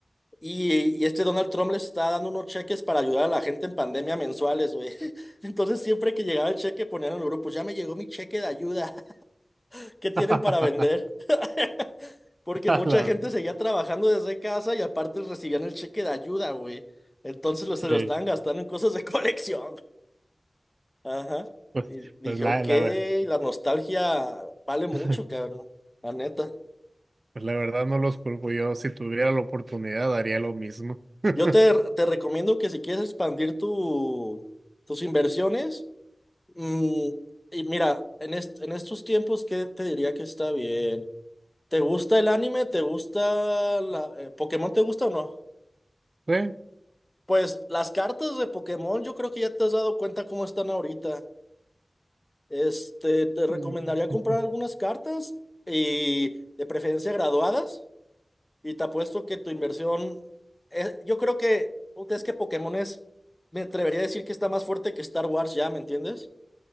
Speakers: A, on the left (about 20°); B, on the right (about 55°).
A: Y, y este Donald Trump le está dando unos cheques para ayudar a la gente en pandemia mensuales, güey. <laughs> Entonces siempre que llegaba el cheque ponían en el grupo, ya me llegó mi cheque de ayuda, <laughs> ¿qué tienen
B: <laughs>
A: para vender? <laughs> Porque mucha
B: A la-
A: gente seguía trabajando desde casa y aparte recibían el cheque de ayuda, güey. Entonces lo- se
B: sí,
A: lo estaban gastando en cosas de <laughs> colección. Ajá.
B: pues,
A: Y dije,
B: pues la,
A: ok,
B: la, ver-
A: la nostalgia vale mucho,
B: <laughs>
A: cabrón. La neta.
B: pues la verdad no los culpo, yo si tuviera la oportunidad haría lo mismo. <laughs>
A: Yo te, te recomiendo que si quieres expandir tu, tus inversiones, mm, y mira, en, est- en estos tiempos, ¿qué te diría que está bien? ¿Te gusta el anime? ¿Te gusta la, eh, Pokémon? ¿Te gusta o no?
B: Sí.
A: Pues las cartas de Pokémon, yo creo que ya te has dado cuenta cómo están ahorita. Este, te recomendaría
B: mm,
A: comprar algunas cartas y de preferencia graduadas. Y te apuesto que tu inversión, es- yo creo que, puta, es que Pokémon es, me atrevería a decir que está más fuerte que Star Wars ya, ¿me entiendes?